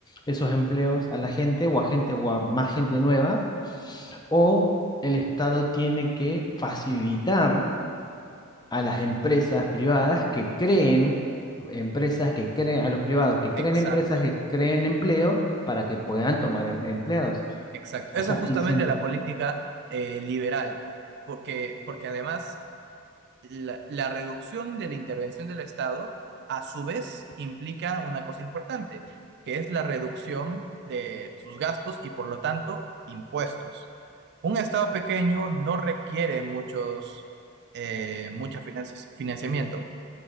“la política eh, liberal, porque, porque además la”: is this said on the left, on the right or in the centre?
Right